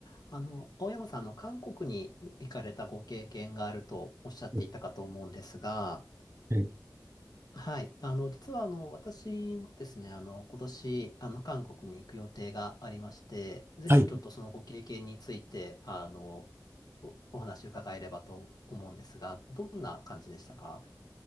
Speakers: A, on the left; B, on the right.
A: あの、青山さん、あの、韓国に行かれたご経験があるとおっしゃっていたかと思うんですが、
B: えー
A: はい。あの、実は、あの、私もですね、あの、今年、あの、韓国に行く予定がありまして、ぜひ、
B: はい。
A: ちょっとそのご経験について、あの、お、お話を伺えればと思うんですが、どんな感じでしたか